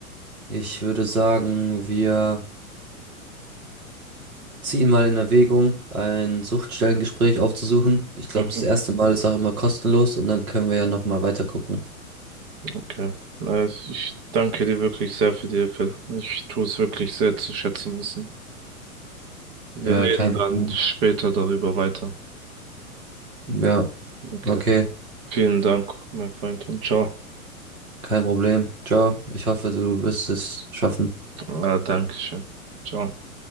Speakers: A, on the right; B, on the right.
A: Ich würde sagen, wir ziehen mal in Erwägung, ein Suchtstellengespräch aufzusuchen. Ich glaube,
B: mhm,
A: das erste Mal ist auch immer kostenlos und dann können wir ja nochmal weiter gucken.
B: okay. Also ich danke dir wirklich sehr für die Hilfe. Ich tue es wirklich sehr zu schätzen wissen. Wir
A: Ja,
B: reden
A: kein Problem.
B: dann später darüber weiter.
A: Ja,
B: Okay.
A: okay,
B: Vielen Dank, mein Freund, und ciao.
A: kein Problem. Ciao. Ich hoffe, du wirst es schaffen.
B: Ja, danke schön. Ciao.